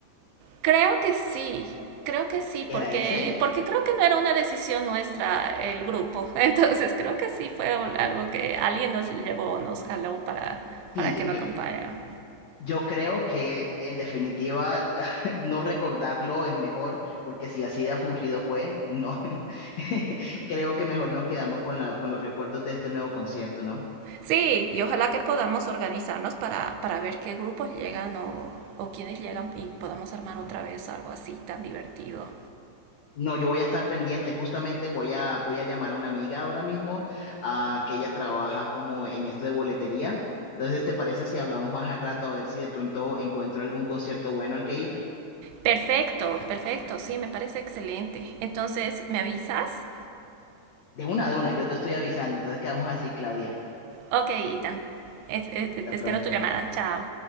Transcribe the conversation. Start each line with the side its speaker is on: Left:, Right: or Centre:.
Right: Creo que sí, creo que sí, porque,
Left: ¿Era ese?
Right: porque creo que no era una decisión nuestra el grupo. <laughs> Entonces creo que sí fue algo que alguien nos llevó, nos jaló para,
Left: Sí,
Right: para
Left: de-
Right: que lo
Left: yo,
Right: acompañaran.
Left: Yo creo que en definitiva <laughs> no recordarlo es mejor, porque si así de aburrido fue, no. <laughs> Creo que mejor nos quedamos con la, con los recuerdos de este nuevo concierto, ¿no?
Right: Sí, y ojalá que podamos organizarnos para, para ver qué grupos llegan o, o quiénes llegan y podamos armar otra vez algo así tan divertido.
Left: No, yo voy a estar pendiente. Justamente voy a, voy a llamar a una amiga ahora mismo, ah, que ella trabaja como en esto de boletería. Entonces, ¿te parece si hablamos más al rato a ver si de pronto encuentro algún concierto bueno al que ir?
Right: Perfecto, perfecto, sí, me parece excelente. Entonces, ¿me avisas?
Left: De una, de una, yo te estoy avisando. Entonces quedamos así, Claudia.
Right: Ok, Ethan. Es- es-
Left: Hasta
Right: espero
Left: pronto.
Right: tu llamada. Chao.